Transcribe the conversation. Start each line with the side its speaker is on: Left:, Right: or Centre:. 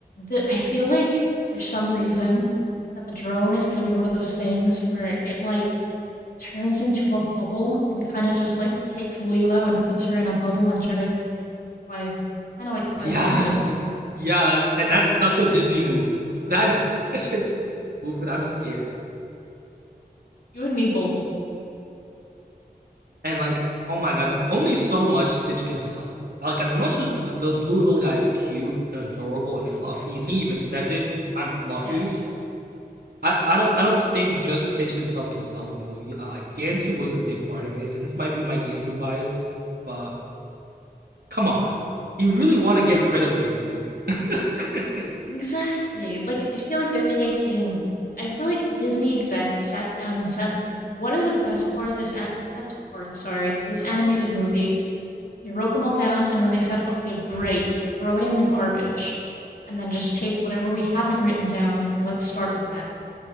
Left: The, I feel like for some reason that the drone is going to be one of those things where it like turns into a bubble and kind of just like takes Lilo and puts her in a bubble and try to like fly, kind of like flies
Right: Yes.
Left: away with her.
Right: Yes. And that's such a Disney move. That is <laughs> such a Disney move, and I'm scared.
Left: You and me both.
Right: And like, oh my god, there's only so much Stitch can sell. Like, as much as the, the blue little guy is cute and adorable and fluffy, and he even says it, I'm fluffy.
Left: Yes.
Right: I, I don't I don't think just Stitch himself can sell the movie. Uh, like Gantu was a big part of it, and this might be my Gantu bias, but come on, you really want to get rid of Gantu? <laughs>
Left: Exactly. Like, I feel like they're taking. I feel like the Disney execs sat down and said, "What are the best part of this a- best parts? Sorry, of this animated movie." They wrote them all down, and then they said, "Okay, great. Throw it in the garbage, and then just take whatever we haven't written down, and let's start with that."